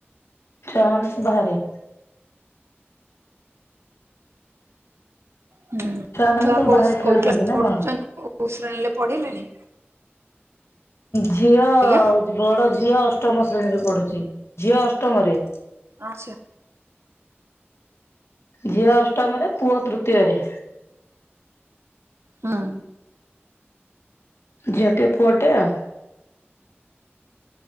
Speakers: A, on the left; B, on the right.
A: ଛୁଆମାନେ ସବୁ ବାହାରେ।
B: ହୁଁ
A: ମାନେ
B: ଛୁଆ
A: ସବୁ
B: କୋଉ
A: ବାହାରେ ଖେଳୁଛନ୍ତି
B: କୋଉ କ୍ଲାସ୍
A: ନା
B: ପଢୁଛନ୍ତି
A: କଣ?
B: କୋଉ ଶ୍ରେଣୀରେ ପଢିଲେଣିି?
A: ଝିଅ
B: ଆଜ୍ଞା
A: ବଡ ଝିଅ ଅଷ୍ଟମ ଶ୍ରେଣୀରେ ପଢୁଛି ଝିଅ ଅଷ୍ଟମରେ।
B: ଆଛା
A: ଝିଅ ଅଷ୍ଟମରେ ପୁଅ ତୃତୀୟରେ।
B: ହୁଁ
A: ଝିଅଟେ ପୁଅଟେ ଆଉ।